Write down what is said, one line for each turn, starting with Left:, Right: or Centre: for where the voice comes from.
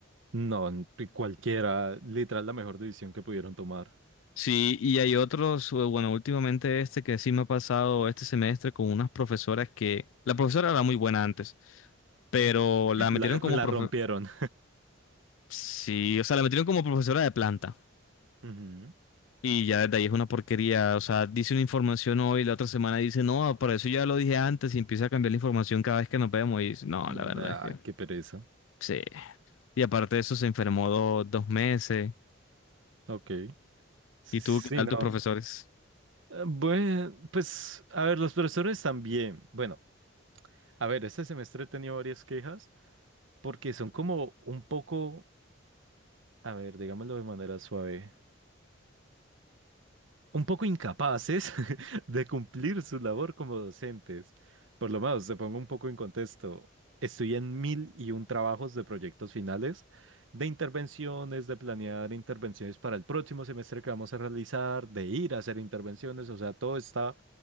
Right: No, n- cualquiera, literal, la mejor decisión que pudieron tomar.
Left: Sí, y hay otros, eh, bueno, últimamente este que sí me ha pasado este semestre con unas profesoras que, la profesora era muy buena antes, pero la metieron
Right: La,
Left: como
Right: la
Left: profe,
Right: rompieron.
Left: sí, o sea, la metieron como profesora de planta.
Right: Ujú.
Left: Y ya desde ahí es una porquería, o sea, dice una información hoy, la otra semana dice, no, por eso ya lo dije antes y empieza a cambiar la información cada vez que nos vemos y no,
Right: Nah,
Left: la verdad es que
Right: qué pereza.
Left: sí. Y aparte de eso se enfermó do- dos meses.
Right: Ok. Sí,
Left: ¿Y
Right: sí,
Left: tú qué tal
Right: no.
Left: tus profesores?
Right: Bueno, pues, a ver, los profesores también. Bueno, a ver, este semestre he tenido varias quejas porque son como un poco, a ver, digámoslo de manera suave. un poco incapaces <laughs> de cumplir su labor como docentes. Por lo menos, te pongo un poco en contexto. Estoy en mil y un trabajos de proyectos finales, de intervenciones, de planear intervenciones para el próximo semestre que vamos a realizar, de ir a hacer intervenciones. O sea, todo está,